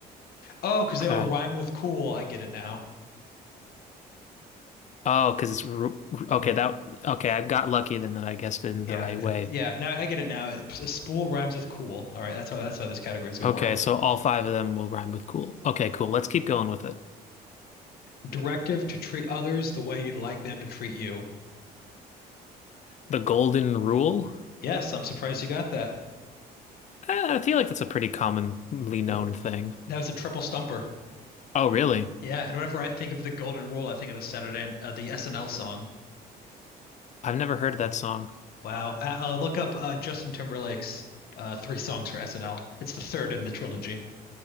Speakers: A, on the left; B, on the left.
A: Oh, because
B: Okay.
A: they all rhyme with cool. I get it now.
B: Oh, because it's ru- ru- okay, that okay, I got lucky then that I guessed it in
A: Yeah,
B: the right way.
A: yeah. Now I get it now. A spool rhymes with cool. All right, that's how that's how this category is going
B: Okay,
A: to work.
B: so all five of them will rhyme with cool. Okay, cool. Let's keep going with it.
A: Directive to treat others the way you'd like them to treat you.
B: The golden rule?
A: Yes, I'm surprised you got that.
B: Eh, I feel like that's a pretty commonly known
A: Well,
B: thing.
A: that was a triple stumper.
B: Oh, really?
A: Yeah, and whenever I think of the golden rule, I think of the Saturday uh, the SNL song.
B: I've never heard that song.
A: Wow. Uh, uh, look up uh, Justin Timberlake's uh, three songs for SNL. It's the third in the trilogy.